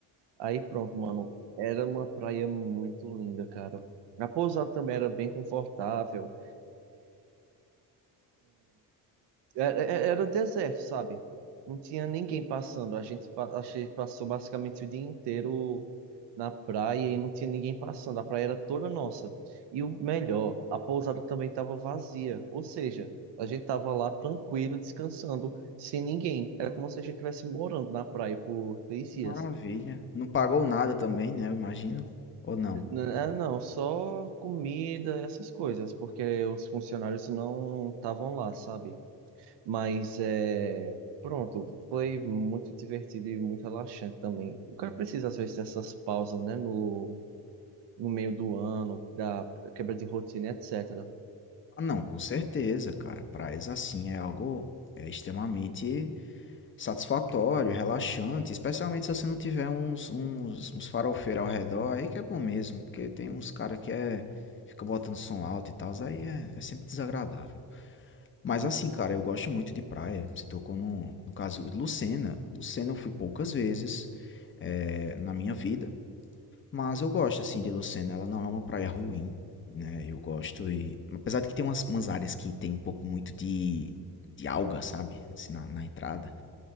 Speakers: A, on the right (about 75°); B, on the left (about 30°).
A: Aí pronto, mano. Era uma praia muito linda, cara. A pousada também era bem confortável. Era, era era deserto, sabe? Não tinha ninguém passando. A gente, pa- a gente passou basicamente o dia inteiro na praia e não tinha ninguém passando. A praia era toda nossa. E o melhor, a pousada também estava vazia. Ou seja, a gente tava lá tranquilo, descansando, sem ninguém. Era como se a gente estivesse morando na praia por três
B: que
A: dias.
B: maravilha. Não pagou nada também, né? Eu imagino. Ou não?
A: N- ah, Não, só comida, essas coisas, porque os funcionários não estavam lá, sabe? Mas é. Pronto, foi muito divertido e muito relaxante também. O cara precisa, às vezes, dessas pausas, né? No, no meio do ano, da quebra de rotina, etc.
B: Ah, não, com certeza, cara. Praias assim é algo é extremamente satisfatório, relaxante, especialmente se você não tiver uns, uns, uns farofeiros ao redor, aí que é bom mesmo, porque tem uns cara que é, fica botando som alto e tal, aí é, é sempre desagradável. Mas
A: Uhum.
B: assim, cara, eu gosto muito de praia. Você tocou no, no caso de Lucena. Lucena eu fui poucas vezes é, na minha vida. Mas eu gosto, assim, de Lucena. Ela não é uma praia ruim, né? Eu gosto e... Apesar de que tem umas, umas áreas que tem um pouco muito de, de alga, sabe? Assim, na, na entrada.